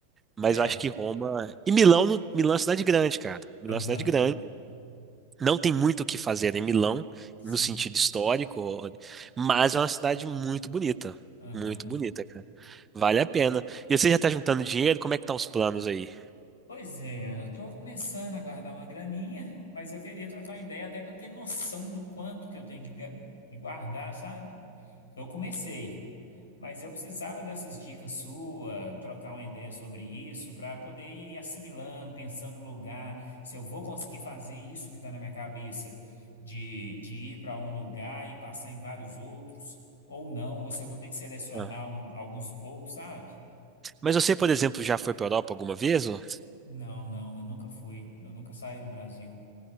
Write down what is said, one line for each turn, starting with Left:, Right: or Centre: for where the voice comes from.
Right: mas
Left: É,
Right: eu acho que Roma e Milão, no- Milão é uma cidade grande, cara. Milão
Left: aham.
Right: é uma cidade grande. Não tem muito o que fazer em Milão
Left: Sim,
Right: no sentido histórico, mas é uma cidade muito bonita,
Left: aham.
Right: muito bonita, cara. Vale a pena. E você já tá juntando dinheiro? Como é que tá os planos aí?
Left: Pois é, eu tô começando a guardar uma graninha, mas eu queria trocar uma ideia até para ter noção do quanto que eu tenho que ga- que guardar, sabe? Eu comecei, mas eu precisava dessas dicas suas, trocar uma ideia sobre isso, para poder ir assimilando, pensando no lugar, se eu vou conseguir fazer isso que está na minha cabeça, de, de ir para um lugar e passar em vários outros, ou não, ou se eu vou ter que selecionar
Right: Ah.
Left: um- alguns poucos, sabe?
Right: Mas você, por exemplo, já foi pra Europa alguma vez? Ô?
Left: Não, não, eu nunca fui, eu nunca saí do Brasil.